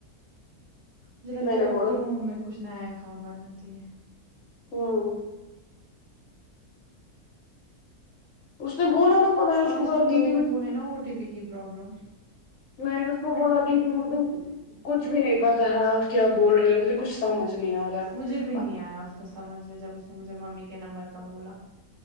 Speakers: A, on the right; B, on the left.
A: مجھے لگتا
B: میں
A: ہے
B: نے
A: وہ
B: بولا
A: کروم میں کچھ نیا اکاؤنٹ بناتی ہے
B: ہاں اس نے بولا نا میں اس
A: آج
B: کو بولا
A: کل
B: دیدی
A: لوگوں
B: مجھے
A: کو ہے نا او ٹی پی کی پروابلم
B: میں نے اس کو بولا کی کہ مجھے کچھ بھی نہیں پتا تھا آپ کیا بول رہے ہو مجھے کچھ سمجھ نہیں آ رہا ہے
A: مجھے بھی نہیں آیا اس کا سمجھ میں جب اس نے مجھے ممی کے نمبر کا بولا